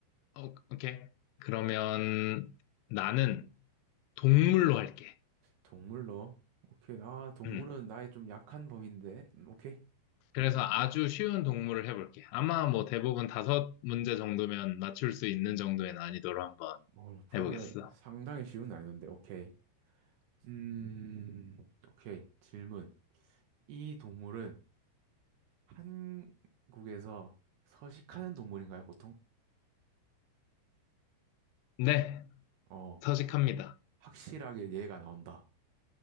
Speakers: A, on the left; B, on the right.
A: 어, 오케이. 그러면 나는 동물로 할게.
B: 동물로. 오케이. 아, 동물은
A: 음.
B: 나의 좀 약한 범인데. 음, 오케이.
A: 그래서 아주 쉬운 동물을 해볼게. 아마 뭐 대부분 다섯 문제 정도면 맞출 수 있는 정도의 난이도로 한번
B: 어, 그러면
A: 해보겠어.
B: 상당히 쉬운 난이도인데, 오케이. 음, 오케이. 질문. 이 동물은 한국에서 서식하는 동물인가요, 보통?
A: 네,
B: 어,
A: 서식합니다.
B: 확실하게 얘가 나온다.